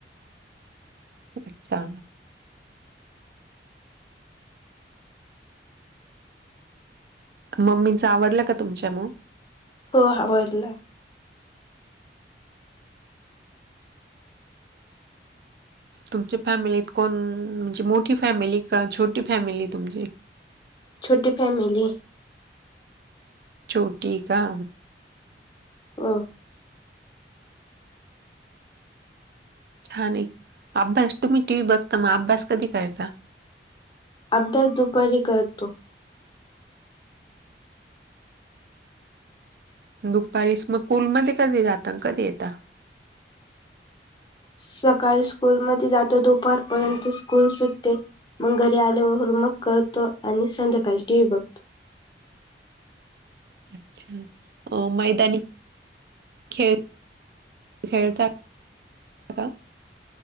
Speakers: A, on the right (about 55°); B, on the left (about 25°).
A: अच्छा. मम्मीचं आवरलं का तुमच्या मग?
B: हो आवरल.
A: तुमच्या फॅमिलीत कोण म्हणजे मोठी फॅमिली का छोटी फॅमिली तुमची?
B: छोटी फॅमिलीय.
A: छोटी का?
B: हम्म.
A: छान आहे अभ्यास तुम्ही टी. व्ही बघता मग अभ्यास कधी करायचा
B: आभ्यास दुपारी करतो.
A: दुपारीस मग कुलमध्येध्ये कधी जात कधी येतात.
B: सकाळी स्कूलमध्येध्ये जातो दुपर. परंतु स्कूल सुटते मग घरी आल्यावर होमवर्क करतो. आणि संध्याकाळी टी. व्ही बघतो.
A: अच्छा अ मैदानी खेळ खेळता. का